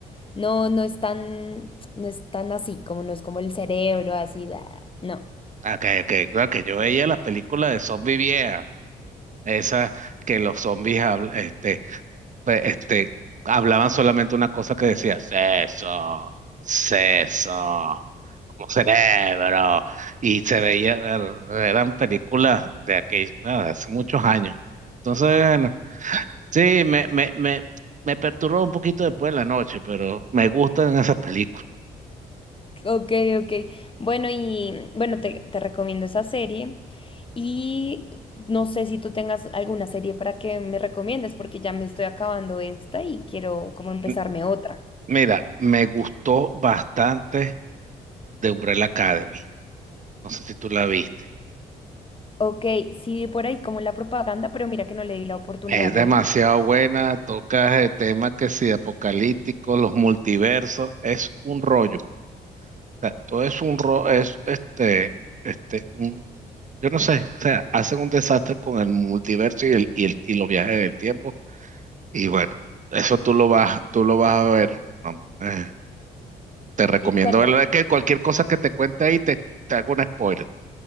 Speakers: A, on the left; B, on the right.
A: no, no es tan, no es tan así, como no es como el cerebro, así, bah, no.
B: Okay, okay, claro que yo veía las películas de zombie viejas, esas que los zombies habl- este, pe- este, hablaban solamente una cosa que decía, seso, seso, como cerebro, y se veía, er- eran películas de aquellos, ah, hace muchos años. Entonces, bueno, sí, me, me, me, me perturbó un poquito después en la noche, pero me gustan esas películas.
A: Ok, ok. Bueno, y bueno, te, te recomiendo esa serie. Y no sé si tú tengas alguna serie para que me recomiendes, porque ya me estoy acabando esta y quiero como empezarme
B: M-
A: otra.
B: Mira, me gustó bastante de Umbrella Academy. No sé si tú la viste.
A: Ok, sí, vi por ahí como la propaganda, pero mira que no le di la oportunidad
B: Es demasiado
A: de...
B: buena, toca el tema que si apocalíptico, los multiversos, es un rollo. O sea, todo es un rollo, es este, este, un, yo no sé, o sea, hacen un desastre con el multiverso y el, y el, y los viajes del tiempo. Y bueno, eso tú lo vas, tú lo vas a ver. No, eh, te recomiendo
A: ¿Y cuántas
B: verlo. Es que cualquier cosa que te cuente ahí te, te hago un spoiler.